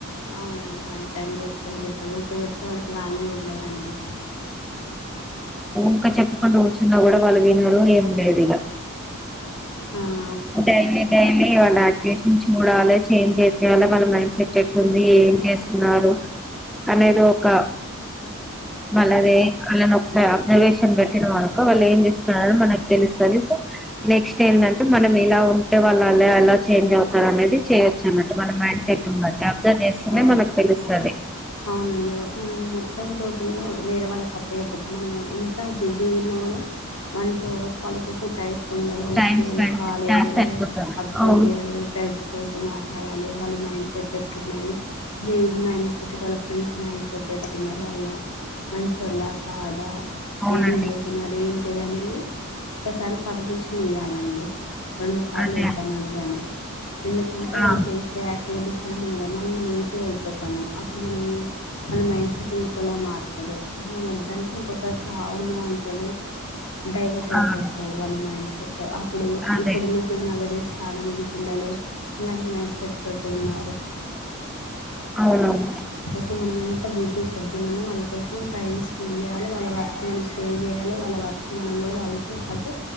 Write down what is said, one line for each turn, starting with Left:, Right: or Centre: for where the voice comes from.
Left: అవునండి వన్ టైమ్ చెప్తేనే బెటర్ ఊకె చెప్తే వాళ్ళకి వాల్యూ ఉండదండి
Centre: ఊకా చెప్పకుంటు కుర్చున్నా కూడా వాళ్ళు వినరు ఏం లేేదిగా
Left: హ
Centre: డైలి డైలి వాళ్ళ యాక్టివేషన్ చూడాలి చేంజ్ అయితే వాళ్ళ వాళ్ళ మైండ్ సెట్ ఎక్కంది ఏం చేస్తున్నారు అనేది ఒక వాళ్ళదిే వాళ్ళని ఒకసారి అబ్జర్వేషన్ పెట్టినం వాళ్ళు ఏం చేసుకున్నారో మనకు తెలుస్తది సో నెక్స్ట్ ఏంటంటే మనకి ఇలా ఉంటే వాళ్ళాలే అలా చేంజ్ అవుతారు అనేది చేయొచ్చు అన్నట్టు మన మైండ్ సెట్ ఉ బట్టి అబ్జర్వ్ చేస్తనే
Left: ఆ!
Centre: మనకు తెలుస్తుంది
Left: అవునండి మనం మొత్తం టోటల్గా వేరే వాళ్ళకి అప్పు అయకపోతాం మనం ఎంత బిజీ ఉన్నాకూడా వన్ టూ అవర్స్ వాళ్ళ కోసం టైం స్పెండ్ చేయాలి వాళ్ళ
Centre: టైమ్
Left: స్కూల్
Centre: స్పెండ్
Left: కాలేజీలో
Centre: చేస్తే అది సరిపోతది
Left: అబ్సర్వ్
Centre: అవును
Left: చేయాలి వాళ్ళు ఫ్రెండ్స్ తోటి మాట్లాడాలి వాళ్ళ మైండ్ సెట్ ఎట్న్నాది జన్ మైండ్ సెట్ వాళ్ళ ఫ్రెండ్స్ మైండ్ సెట్ ఎట్న్నారు వాళ్ళ మంచిోళ్ళ కాదా
Centre: అవునండి
Left: ఏడిగిపోతున్నారు ఏంటిదండి ఒకసారి పర్మిషన్ ఇయ్యాలండి రెండుసార్లు
Centre: అదే
Left: వద్దానాలి కానీ ఎందుకంటే
Centre: ఆ
Left: వాళ్ళు చేసేక్ వెనిస్ మనకి నెగిటివ్ అయిపోతాము మనం మన మైండ్ సెట్ ఇంకోలా మారుతుంది మనం వొద్దన్న ఇంకొకరు కావును అంటుంది డైవర్ట్ అయిపోతుది
Centre: ఆ
Left: వాళ్ళ మైండ్ సెట్ అప్పుడు
Centre: అదే
Left: ఇప్పుడున్న <unintelligible> నౌ ఏ డేస్ చాలా మంది పిల్లలు ఇలాంటి మైండ్ సెట్ తోటి ఉన్నారు.
Centre: అవునవును
Left: ఇప్పుడు మనం ఎంత బిజీ షెడ్యూల్ ఉన్నా వాళ్ళ కోసం టైం స్పెండ్ చేయాలి వాళ్ళ వర్క్ మనం స్టే చేయాలి వాళ్ళ వర్క్ మనం కూడా వాళ్ళతో పాటు